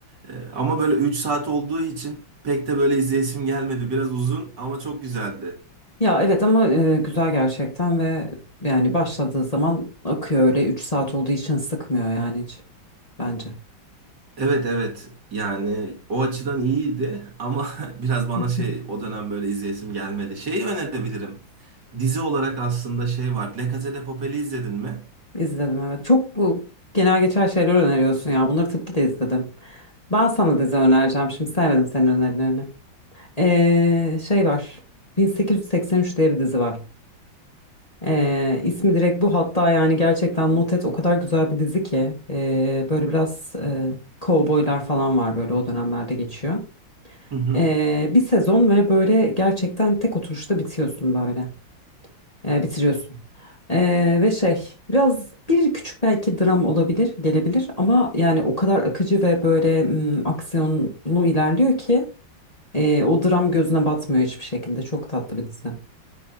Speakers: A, on the right (about 60°); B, on the left (about 20°).
A: Ee, ama böyle 3 saat olduğu için pek de böyle izleyesim gelmedi. Biraz uzun ama çok güzeldi.
B: Ya evet ama e, güzel gerçekten ve yani başladığı zaman akıyor öyle 3 saat olduğu için sıkmıyor yani hiç bence.
A: Evet evet yani o açıdan iyiydi ama <laughs> biraz bana
B: Hı hı.
A: şey o dönem böyle izleyesim gelmedi. Şeyi önerebilirim. Dizi olarak aslında şey var. La Casa de Papel'i izledin mi?
B: İzledim evet. Çok bu genel geçer şeyler öneriyorsun ya. Bunları tabii ki de izledim. Ben sana dizi önereceğim. Şimdi sevmedim senin önerilerini. Ee, şey var. 1883 diye bir dizi var. Ee, ismi direkt bu hatta yani gerçekten not et o kadar güzel bir dizi ki ee, böyle biraz e, kovboylar falan var böyle o dönemlerde geçiyor.
A: Hı hı.
B: Ee, bir sezon ve böyle gerçekten tek oturuşta bitiyorsun böyle Ee, bitiriyorsun. Ee, ve şey biraz bir küçük belki dram olabilir gelebilir ama yani o kadar akıcı ve böyle mm, aksiyonlu ilerliyor ki. Ee, o dram gözüne batmıyor hiçbir şekilde. Çok tatlı bir dizi.